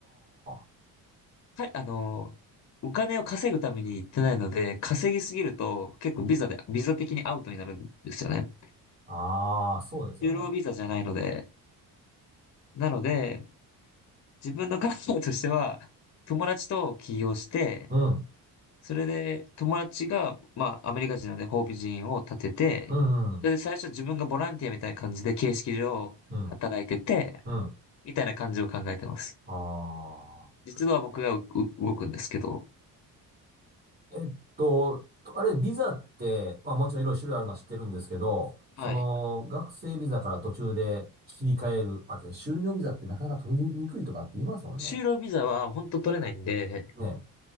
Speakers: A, on the right; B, on the left.
A: あ。
B: かあの、お金を稼ぐために行ってないので、稼ぎすぎると結構ビザで、ビザ的にアウトになるんですよね。
A: ああ、そうですよね。
B: 就労ビザじゃないので。なので、自分の考えとしては、友達と起業して、
A: うん、
B: それで友達が、まあ、アメリカ人なので法人を立てて、
A: うん、うん、
B: それで最初自分がボランティアみたいな感じで形式上働いてて、
A: うん、うん。
B: みたいな感じを考えてます。
A: ああ。
B: 実は僕がうう動くんですけど、
A: えっと、とあれ、ビザって、まあもちろんいろいろ種類あるのは知ってるんですけど、その、
B: はい。
A: 学生ビザから途中で切り替える、まあ、けど就業ビザってなかなか取りにくいとかって言いますもんね。
B: 就労ビザは本当取れないんで、
A: ねえ。